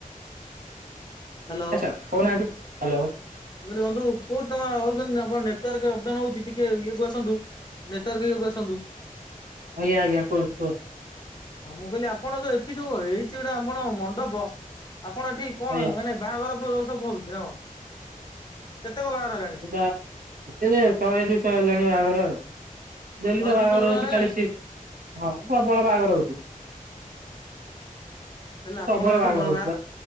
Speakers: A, on the left; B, on the right.
A: ହ୍ୟାଲୋ।
B: ଆଚ୍ଛା କହୁନାହାନ୍ତି ହାଲୋ।
A: ମୁଁ କହିଲି ବଂଧୁ କଉଠି ତମ ହଉଛନ୍ତି ଆପଣ ନେଟୱାର୍କ ଅପ୍ ଡାଉନ୍ ହେଉଛି ହଉଛି ଟିକେ ଇଏକୁ ଆସନ୍ତୁ ନେଟୱାର୍କ କୁ ଆସନ୍ତୁ।
B: ଆଜ୍ଞା ଆଜ୍ଞା କୁହନ୍ତୁ କୁହନ୍ତୁ।
A: ଆଉ ମୁଁ କହିଲି ଆପଣ ଯୋଉ ଏଠି ଯୋଉ ହେଇଛି ଗୋଟା ମଣ୍ଡପ ଆପଣ ଏଠି କଣ
B: ଆଜ୍ଞା।
A: ମାନେ ବାହାଘର ଫାହାଘର ସବୁ ହଉଛି ନା କଣ? କେତେ କଣ ବାହାଘର ହେଲାଣି
B: ବା ଏତେ ଶହେ ଦୁଇ ଶହ ହେଲାଣି ବାହାଘର ଆଉ। ଡେଲି
A: ଶହେ
B: ତ
A: ଦୁଇଶହ
B: ବାହାଘର
A: ଖଣ୍ଡେ
B: ହେଉଛି
A: ହେଲାଣି
B: ଖାଲି ହଁ ପ୍ରବଳ ବାହାଘର ହେଉଛି।
A: ହେଲେ ଆପଣ
B: ପ୍ରବଳ
A: ଏଠି
B: ବାହାଘର
A: ବା
B: ହଉଛି